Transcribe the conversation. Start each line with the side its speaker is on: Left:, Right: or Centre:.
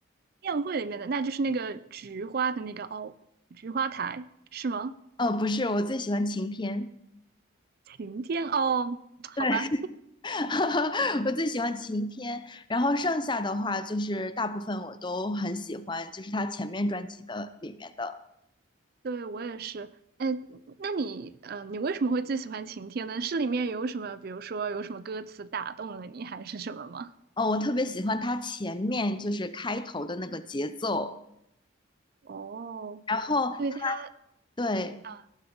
Right: 宴会里面的，那就是那个菊花的那个哦，菊花台是吗？
Left: 哦，不是，我最喜欢晴天。
Right: 晴天哦，好吧，
Left: 对。<laughs> 我最喜欢晴天，然后剩下的话就是大部分我都很喜欢，就是他前面专辑的里面的。
Right: 对我也是。哎，那你呃，你为什么会最喜欢晴天呢？是里面有什么，比如说有什么歌词打动了你，还是什么吗？
Left: 哦，我特别喜欢他前面就是开头的那个节奏，
Right: 哦，
Left: 然后
Right: 对它
Left: 对
Right: 啊，